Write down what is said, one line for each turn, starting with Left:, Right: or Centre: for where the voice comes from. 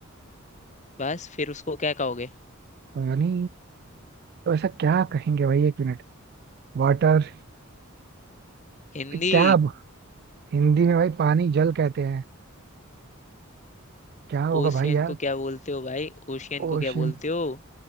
Left: बस फिर उसको क्या कहोगे
Right: पानी तो ऐसा क्या कहेंगे भाई एक मिनट वाटर
Left: हिंदी
Right: क्या अब हिंदी में भाई पानी जल कहते हैं क्या होगा
Left: ओशियन
Right: भाई यार
Left: को क्या बोलते हो भाई ओशियन को
Right: ओशन
Left: क्या बोलते हो